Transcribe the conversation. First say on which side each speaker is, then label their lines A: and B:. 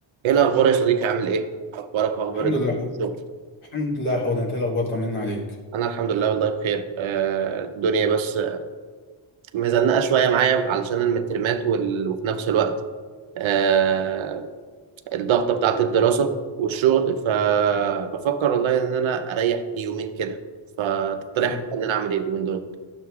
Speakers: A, on the right (about 70°); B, on the left (about 80°).
A: ايه الاخبار يا صديقي عامل ايه اخبارك واخبار
B: الحمد لله حو.
A: الشغل
B: الحمد لله حود انت ايه الاخبار طمنا عليك
A: انا الحمد لله والله بخير آه، الدنيا بس مزنقه شويه معايا علشان المترمات وال... وفي نفس الوقت آه، الضغطه بتاعت الدراسه والشغل فبفكر والله ان انا اريح لي يومين كده فتقترح
B: طيب
A: ان انا اعمل ايه اليومين دول